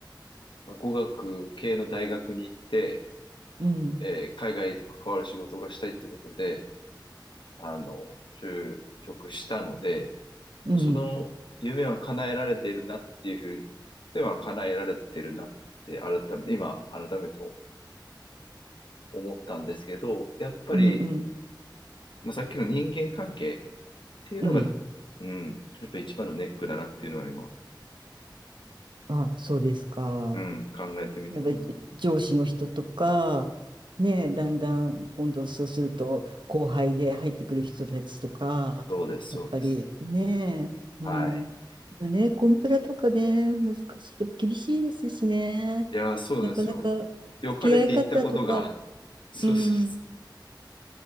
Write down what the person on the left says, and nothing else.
まあ、語学系の大学に行って、
えー海外と関わる仕事がしたいってことで、あの、就職したので、
その夢は叶えられているなっていうふうでは叶えられてるなって改めて、今改めて思ったんですけど、やっぱり、
まあ、さっきの人間関係っていうのが、
うん、やっぱ一番のネックだなっていうのは今、
うん、考えてみて思います。
そうです、
そうです。
はい。
いやー、そうなんですよ。
良かれて言ったことが、<laughs> そうそうそう。